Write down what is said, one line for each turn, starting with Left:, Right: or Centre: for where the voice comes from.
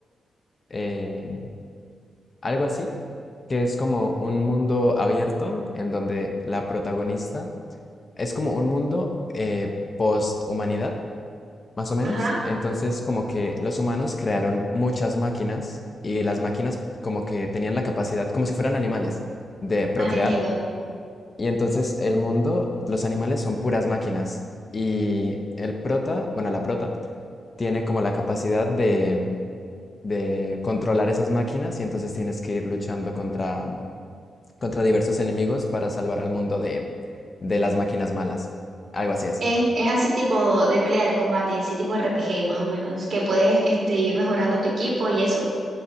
Left: eh, algo así, que es como un mundo abierto en donde la protagonista es como un mundo eh, post-humanidad, más o menos.
Right: Ajá,
Left: Entonces, como que los humanos crearon muchas máquinas y las máquinas como que tenían la capacidad, como si fueran animales, de procrear.
Right: más entiendo.
Left: Y entonces el mundo, los animales son puras máquinas. Y el prota, bueno, la prota, tiene como la capacidad de, de controlar esas máquinas y entonces tienes que ir luchando contra, contra diversos enemigos para salvar al mundo de, de las máquinas malas. Algo así es.
Right: Es, es así tipo de pelea de combate y así tipo RPG más o menos, que puedes este, ir mejorando tu equipo y eso.